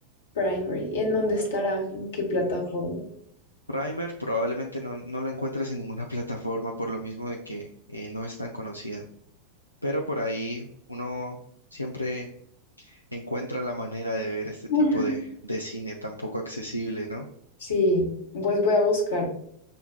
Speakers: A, on the left (about 60°); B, on the left (about 85°).
A: Primary, ¿en dónde estará? ¿En qué plataforma?
B: Primer probablemente no, no la encuentres en ninguna <laughs> plataforma por lo mismo de que eh, no es tan conocida, pero por ahí uno siempre encuentra la manera de ver este
A: Ujú.
B: tipo de, de cine tan poco accesible, ¿no?
A: Sí, pues voy a buscar.